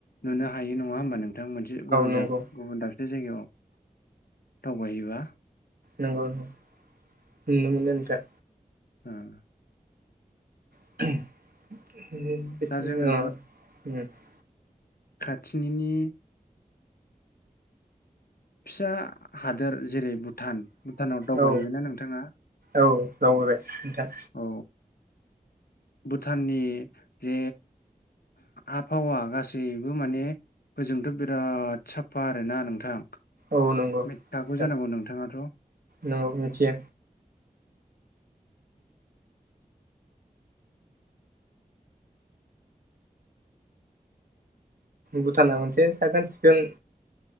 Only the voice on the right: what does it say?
नंगौ
नंगौ नंगौ नुनो मोनो नोंथां।
<inaudible> <inaudible>
औ
औ दावबायबाय नोंथां।
औ नंगौ।
नोंथां
नंगौ मिथियो भुटाना मोनसे साखोन सिखोन